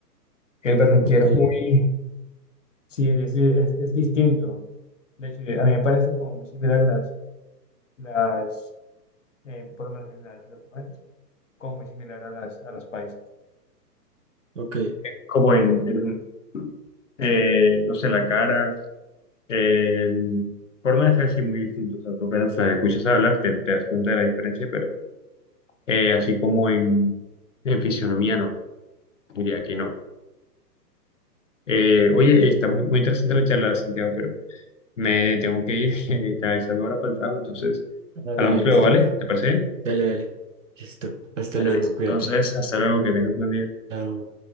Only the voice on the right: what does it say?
Ok,
ok,
ah, dale,
listo,
una.
Dale, dale, listo, hasta
luego,
cuídate.
Chao.